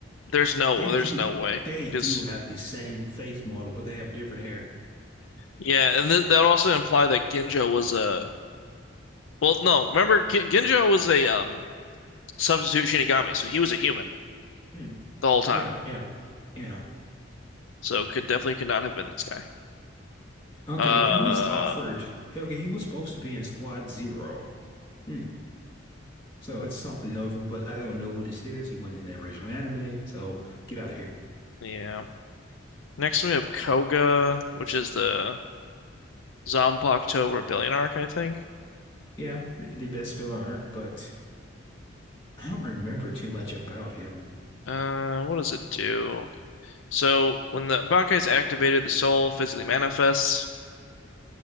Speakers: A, on the left; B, on the left.
A: there's no,
B: They
A: there's
B: do
A: no way.
B: they
A: Because
B: do have the same face model, but they have different hair.
A: Yeah, and th that also imply that Ginjo was a well, no, remember G Ginjo was a um substitute Shinigami, so he was a human
B: Hmm.
A: the whole time.
B: Yeah, yeah, yeah.
A: So could definitely could not have been this guy.
B: Okay,
A: Uh,
B: he was offered. Hey, Okay, he was supposed to be in Squad Zero. Hmm. So it's something notable, but I don't know who this is. He wasn't in the original anime, so get out of here.
A: yeah. Next we have Koga, which is the Zanpakuto Rebellion arc, I think.
B: Yeah, th- the best filler arc, but I don't remember too much about him.
A: Uh, what does it do? So when the Bankai is activated, the soul physically manifests.